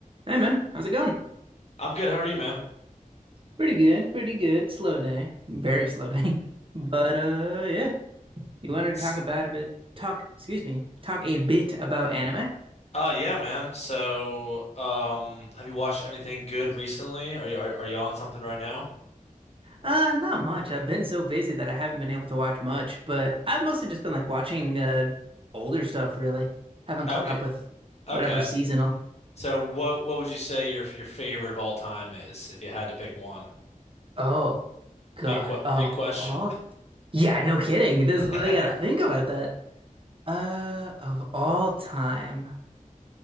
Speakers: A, on the right; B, on the left.
A: Hey man, how's it going?
B: I'm good. How are you, ma'am?
A: Pretty good, pretty good. Slow day. Very slow day. <laughs> But uh yeah, you wanted
B: S-
A: to talk about a bit talk, excuse me, talk a bit about anime?
B: Oh yeah, ma'am. So, um, have you watched anything good recently? Are you are, are you on something right now?
A: Uh not much. I've been so busy that I haven't been able to watch much, but I've mostly just been like watching uh older stuff really. Haven't caught
B: Okay,
A: up with
B: okay.
A: whatever seasonal.
B: So, what what would you say your your favorite of all time is, if you had to pick one?
A: Oh God,
B: Big que
A: of
B: big question.
A: all Yeah, no kidding. This
B: <laughs>
A: is I gotta think about that. Uh of all time.